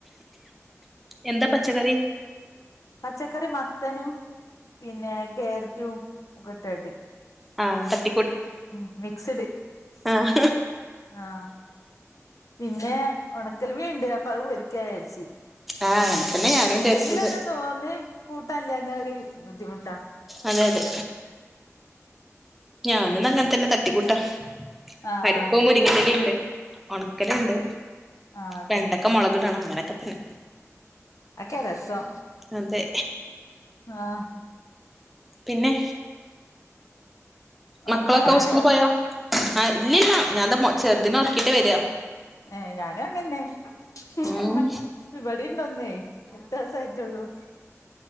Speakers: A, in the centre; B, on the left.
A: എന്താ പച്ചക്കറി
B: പച്ചക്കറി മത്തനും പിന്നെ കാരറ്റും ഒക്കെ ഇട്ടിട്ട്
A: ആ തട്ടി
B: ഉം മിക്സഡ്
A: ആഹ്
B: ആ പിന്നെ ഉണക്കൽ മീൻ ഇണ്ട് അപ്പൊ അത് പൊരിക്കാന്ന് വിചാരിച്ച്
A: ആഹ് അങ്ങനെ തന്നെ ഞാനും
B: എന്തെങ്കിലും
A: വിചാരിച്ചത്
B: ഒന്നും ന്നോന്ന് കൂട്ടാൻ ഇല്ലാഞ്ഞ ഒരു ബുദ്ധിമുട്ടാ
A: അതെ അതെ ഞാനും ഇന്നങ്ങനെ തന്നെ തട്ടിക്കൂട്ടാം
B: ആഹ്
A: പരിപ്പും മുരിങ്ങയിലേം ഉണ്ട് ഒണക്കലുണ്ട്
B: ആഹ് അതെ
A: രണ്ടക്ക മുളകിടണം അങ്ങനൊക്കെ തന്നെ
B: അതൊക്കെയാ രസം
A: അതെ
B: ആ
A: പിന്നെ മക്കളൊക്കെ
B: ഇങ്ങടായോ
A: സ്കൂളിൽ പോയോ ആ ഇല്ലില്ല ഞാൻ ഞാൻ എന്റെ ചെറുതിനെ ഉറക്കീട്ട് വരുവാ
B: ഏ ഞാനും അങ്ങനെ തന്നേ
A: ഉം
B: ഇവിടെയും ഉണ്ട് ഒന്നേ എട്ട് വയസായിട്ടുള്ളൂ